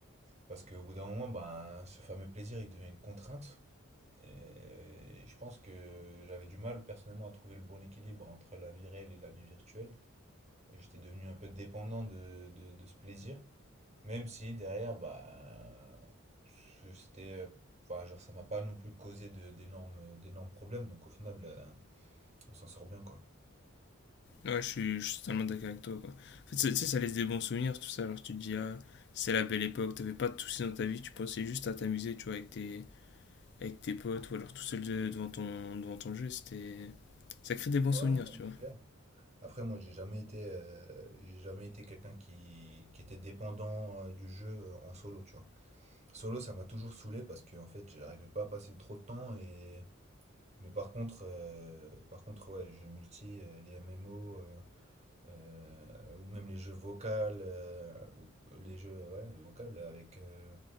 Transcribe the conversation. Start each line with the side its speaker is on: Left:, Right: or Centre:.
Right: Parce qu'au bout d'un moment, ben, ce fameux plaisir, il devient une contrainte. Et je pense que j'avais du mal personnellement à trouver le bon équilibre entre la vie réelle et la vie virtuelle. Et j'étais devenu un peu dépendant de, de, de ce plaisir. Même si derrière, bah, c'était, enfin, genre, ça m'a pas non plus causé de- d'énormes, d'énormes problèmes. Donc au final, euh, on s'en sort bien, quoi.
Left: Ouais, je suis, je suis totalement d'accord avec toi, quoi. En fait, ça- tu sais, ça laisse des bons souvenirs, tout ça. Genre, tu te dis, ah, c'est la belle époque, t'avais pas de soucis dans ta vie, tu pensais juste à t'amuser, tu vois, avec tes, avec tes potes ou alors tout seul de- devant ton, devant ton jeu. C'était... Ça crée des bons
Right: Ouais,
Left: souvenirs,
Right: ouais,
Left: tu vois.
Right: c'est clair. Après, moi, j'ai jamais été, euh, j'ai jamais été quelqu'un qui, qui était dépendant euh, du jeu euh, en solo, tu vois. Solo, ça m'a toujours saoulé parce que en fait, j'arrivais pas à passer trop de temps et mais par contre euh, par contre ouais, les jeux multi, euh, les MMO euh, euh, ou même les jeux vocales euh, ou les jeux ouais, vocales avec euh,